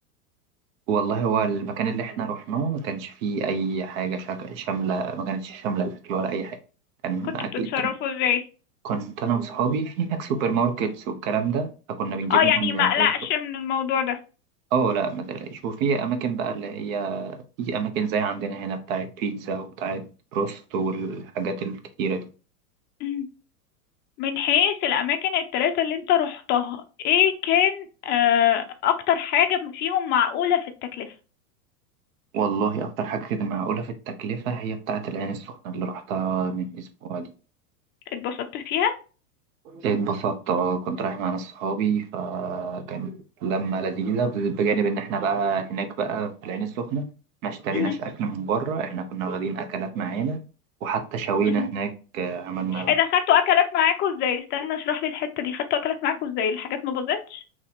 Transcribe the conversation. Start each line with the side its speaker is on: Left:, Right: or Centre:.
Right: والله هو المكان اللي احنا رحناه ما كانش فيه أي حاجة شك- شاملة ما كانتش شاملة الأكل ولا أي حاجة كان
Left: كنتوا
Right: أكل
Left: بتتصرفوا ازاي
Right: كنت انا وصحابي في هناك سوبر ماركتس والكلام ده فكنا بنجيب
Left: اه
Right: منهم
Left: يعني ما
Right: يعتبر
Left: اقلقش من الموضوع ده
Right: اه لا ما تقلقش وفي اماكن بقى اللي هي في اماكن زي عندنا هنا بتاعت بيتزا وبتاعت بروست والحاجات الكتيرة دي
Left: مم. من حيث الاماكن التلاتة اللي انت رحتها ايه كان آه اكتر حاجة فيهم معقولة في التكلفة
Right: والله اكتر حاجة كده معقولة في التكلفة هي بتاعت العين السخنة اللي رحتها من اسبوع دي
Left: اتبسطت فيها
Right: اتبسطت اه كنت رايح مع ناس صحابي فكانت لمة لذيذة بجانب ان احنا بقى هناك بقى في العين السخنة ما اشتريناش
Left: مم.
Right: اكل من بره احنا كنا واخدين اكلات معانا وحتى شوينا
Left: مم.
Right: هناك عملنا
Left: ايه ده خدتوا اكلات معاكوا ازاي استنى اشرح لي الحتة دي خدتوا اكلات معاكوا ازاي الحاجات ما باظتش